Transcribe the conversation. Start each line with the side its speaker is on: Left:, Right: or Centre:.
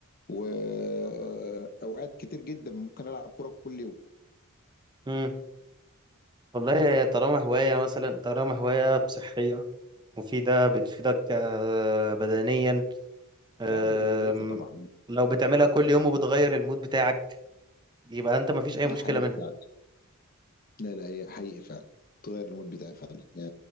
Left: واوقات كتير جدا ممكن العب كوره كل يوم
Right: امم والله طالما هواية مثلا طالما هواية صحية مفيدة بتفيدك آه، بدنيا آم،
Left: لا هي كويسه طبعا
Right: لو بتعملها كل يوم وبتغير المود بتاعك يبقى انت مفيش اي
Left: دي
Right: مشكلة
Left: حقيقه
Right: منها
Left: فعلا لا لا هي حقيقه فعلا تغير المود بتاعي فعلا يا